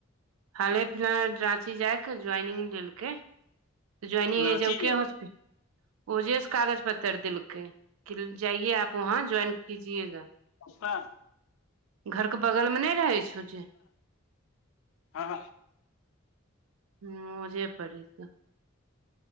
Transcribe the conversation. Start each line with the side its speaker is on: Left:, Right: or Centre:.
Right: हाले फिलहाल राची जायके ज्वॉइनिंग लेकै तऽ ज्वइनिंग
Left: राँची
Right: जकेॉस्पि
Left: जे
Right: ओजे से कागज पत्तर देलकै जाइए आप वहाँ ज्वाइन कीजएगा
Left: पापा
Right: घर के बगल मे नहि रहै छौ जे
Left: ह ह
Right: ह जे पड़ी तऽ